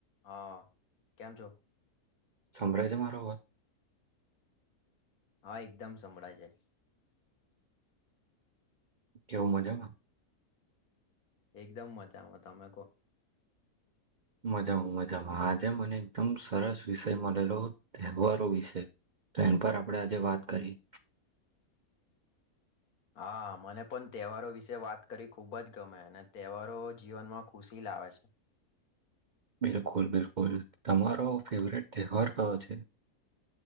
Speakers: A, on the left (about 80°); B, on the right (about 70°).
A: હા કેમ છો
B: સમભ્રાજ મારો
A: હા એકદમ સંભળાય છે <inaudible>
B: કેવું મજામાં
A: એકદમ મજામાં તમે કોહ
B: મજામાં મજામાં આજે મને એકદમ સરસ વિષય મળેલો તહેવારો વિશે તો એમ પર આપણે આજે વાત કરી <inaudible>
A: હા મને પણ તહેવારો વિશે વાત કરી ખુબ જ ગમે અને તહેવારો જીવનમાં ખુશી લાગે આવે છે
B: બિલકુલ બિલકુલ તમારો ફેવરટ તહેવાર કયો છે